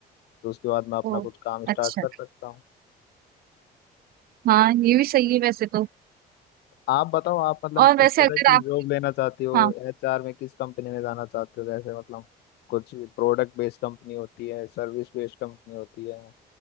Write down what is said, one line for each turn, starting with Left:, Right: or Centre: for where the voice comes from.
Left: तो उसके बाद मैं अपना
Right: ओ
Left: कुछ काम स्टार्ट
Right: अच्छा
Left: कर सकता हूँ
Right: हाँ ये भी सही है वैसे तो
Left: आप बताओ आप मतलब
Right: और
Left: किस
Right: वैसे
Left: तरह
Right: अगर
Left: की
Right: आप
Left: जॉब लेना चाहते हो
Right: हाँ
Left: एचआर में किस कंपनी में जाना चाहते हो जैसे मतलब कुछ प्रोडक्ट बेस्ड कंपनी होती है सर्विस बेस्ड कंपनी होती है